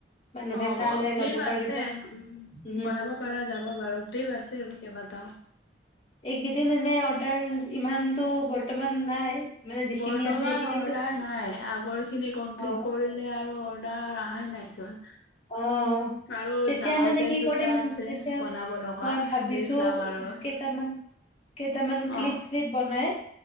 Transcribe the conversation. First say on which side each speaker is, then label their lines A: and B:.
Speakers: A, on the left (about 35°); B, on the left (about 80°).
A: মানুহে
B: অ',
A: চালে
B: ক্লিপ
A: ল'ব পাৰিব
B: আছে,
A: উম
B: বনাব পৰা যাব বাৰু ক্লিপ আছে কেইবাটাও।
A: এইকেইদিন এনে অৰ্ডাৰ ইমানতটো বৰ্তমান নাই। মানে যিখিনি
B: বৰ্তমান
A: আছে সেইখিনিতো
B: অৰ্ডাৰ নাই, আগৰ খিনি কমপ্লিট
A: অ
B: কৰিলোঁ। আৰু অৰ্ডাৰ অহাই নাই চোন।
A: অ',
B: আৰু
A: তেতিয়া
B: ডাঙৰ
A: মানে
B: বেগ
A: কি
B: দুটা
A: কৰিম
B: আছে
A: তেতিয়া
B: বনাব লগা
A: মই ভাবিছো
B: সেই ফ্লাৱাৰৰ।
A: কেইটামান কেইটামান ক্লিপ-শ্লিপ
B: অ',
A: বনাই